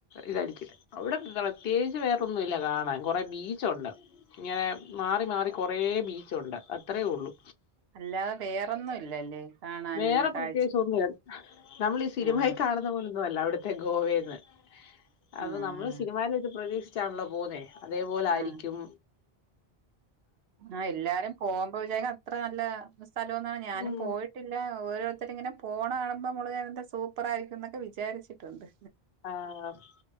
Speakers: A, on the left; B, on the right.
A: ഇതായിരിക്കില്ല അവിടെ ത പ്രത്യേകിച്ച് വേറൊന്നും ഇല്ല കാണാൻ കൊറെ ബീച്ചുണ്ട്. ഇങ്ങനെ മാറി മാറി കൊറേ ബീച്ചുണ്ട് അത്രയേ ഒള്ളു.
B: അല്ലാതെ വേറെന്നും ഇല്ലല്ലേ. കാണാനും
A: വേറെ
B: അങ്ങനെ
A: പ്രത്യേകിച്ച്
B: കാഴ്ച
A: ഒന്നൂല്ല നമ്മളീ സിനിമയിൽ
B: ആഹ്
A: കാണു ന്ന പോലൊന്നു അല്ല അവിടുത്തെ ഗോവേന്ന്
B: ആഹ്
A: അത് നമ്മള് സിനിമായിലേത് പ്രതീക്ഷിച്ചാണല്ലോ പോന്നേ. അതേപോലായിരിക്ക്യും.
B: ആഹ് ആഹ് എല്ലാരും പോകുമ്പോ വിചാര്ക്കും അത്ര നല്ല സ്ഥലോന്നാ ഞാനും
A: ഉം
B: പോയിട്ടില്ല ഓരോരു ത്തരിങ്ങനെ പോണ കാണുമ്പമ്മള് എന്ത സൂപ്പറായിരിക്കുംന്നൊക്കെ വിചാരിച്ചിട്ടുണ്ട്.
A: ആഹ്